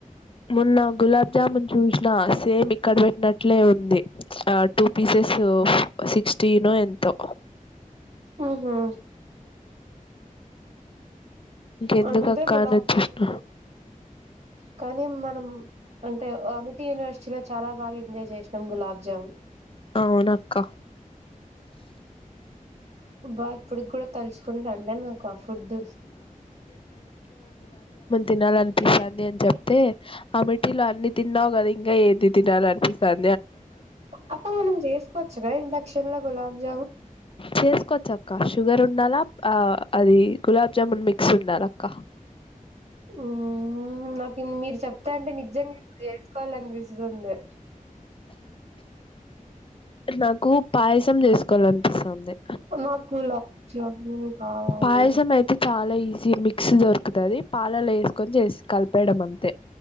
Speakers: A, on the left; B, on the right.
A: మొన్న గులాబ్ జామున్ చూసినా సేమ్ ఇక్కడ పెట్టినట్లే ఉంది ఆ ట పీసెస్ సిక్స్టీను ఎంతో
B: ఆహా
A: ఇంకెందుకు
B: అంతే
A: అక్క
B: గులాబీ
A: అని వచ్చేసిన
B: కానీ మనం అ అమిత యూనివర్సిటీలో లో చాలా బా ఎజాయ్ చేసినం గులాబ్ జామున్
A: అవున అక్కా
B: అ బా ఇప్పుడుకి కూడా తలుచుకుంటా అండి నాకు ఆ ఫుడ్
A: తినాలి అనిపిస్తుంది అని చెప్తే ఆ మిట్లో అన్ని తిన్నావు కదా ఇంకా ఏది తినాల అనిపిస్తుంది
B: అక్క మనం చేసుకోవచ్చుగాద ఇండక్షన్ లో గులాబ్ జామున్
A: చేసుకోవచ్చ అక్క షుగర్ ఉండాలా ఆ అది గులాబ్జామున్ మిక్స్ ఉన్నారు అక్క
B: ఉ నాకు మీరు చెప్తా అంటే నిజంగా ఇప్పుడు చేసుకోవాలనిపిస్తుంది
A: నాకు పాయసం చేసుకోవాలనిపిస్తుంది
B: నాకు గులాబ్ జామున్ కావాలి
A: పాయసం అయితే చాలా ఈజీ మిక్స్ దొరుకుతుది పాలాలు వేసుకొని చేసి కలిపేయడం అంతే